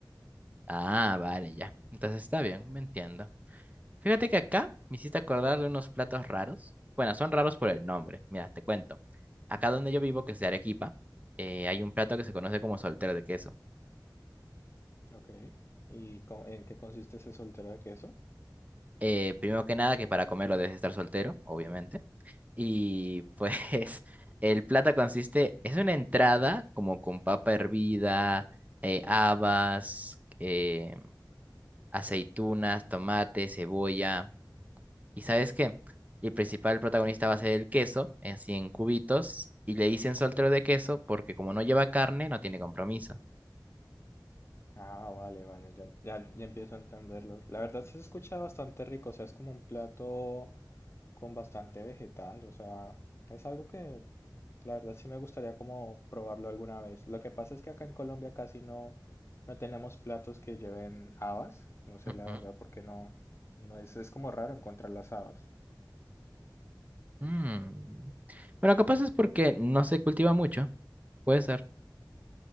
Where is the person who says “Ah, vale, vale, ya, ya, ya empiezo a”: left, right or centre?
Left